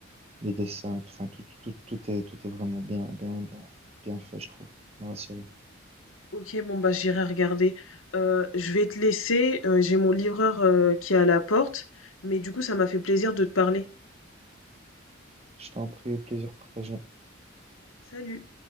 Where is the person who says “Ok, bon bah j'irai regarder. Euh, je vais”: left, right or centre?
Left